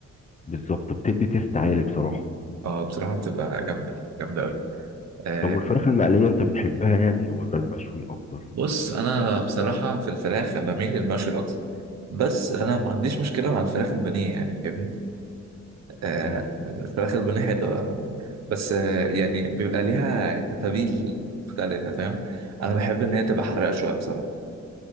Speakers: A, on the left; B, on the right.
A: بالظبط بتدي تيست عالي بصراحه
B: اه بصراحة بتبقى جامدة جامدة اوي آه،
A: طب والفراخ المقليه انت بتحبها يعني ولا المشوي اكتر
B: بص انا بصراحه في الفراخ بميل للمشوي اكتر بس انا ما عنديش مشكله مع الفراخ البانيه يعني فاهمني آه
A: امم
B: الفراخ البانيه حلوه بس آه يعني بيبقى ليها تتابيل مختلفه فاهم انا بحب ان هي تبقى حراقه شويه بصراحه